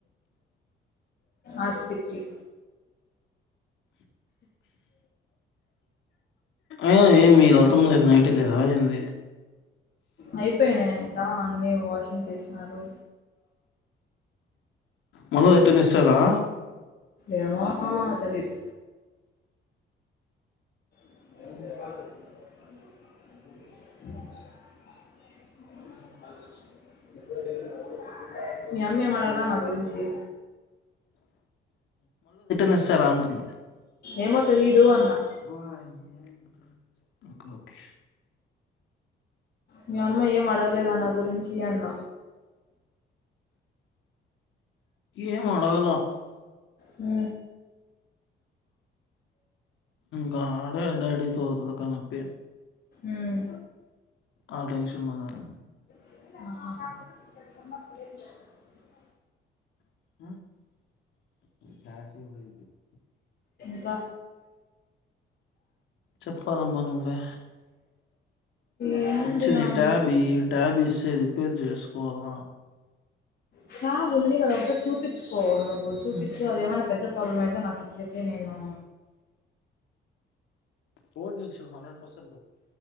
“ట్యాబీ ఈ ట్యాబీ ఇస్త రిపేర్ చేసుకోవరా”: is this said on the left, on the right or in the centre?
Left